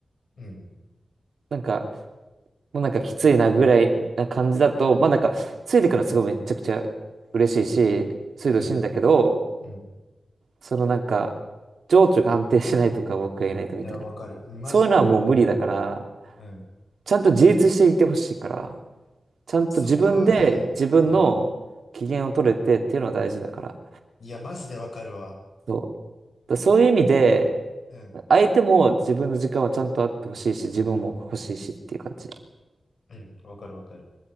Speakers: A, on the left (about 70°); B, on the right (about 75°).
A: うん。
B: なんか、もうなんかきついなぐらいな感じだと、まあなんか、ついてくのすごいめっちゃくちゃ嬉しいし、ついてほしいんだけど、
A: うん。うん。
B: そのなんか、情緒が安定しないとか、僕がいないとみたいな。
A: いや、わかる。マジでわかる。
B: そういうのはもう無理だから、
A: うん。
B: ちゃんと自立していてほしいから。ちゃんと自分で自分の機嫌を取れてっていうのは大事だから。
A: そこはね、うん。いや、マジでわかるわ。
B: そう。だからそういう意味で、
A: うん。
B: 相手も自分の時間はちゃんとあってほしいし、自分も欲しいしっていう感じ。
A: うん。わかるわかる。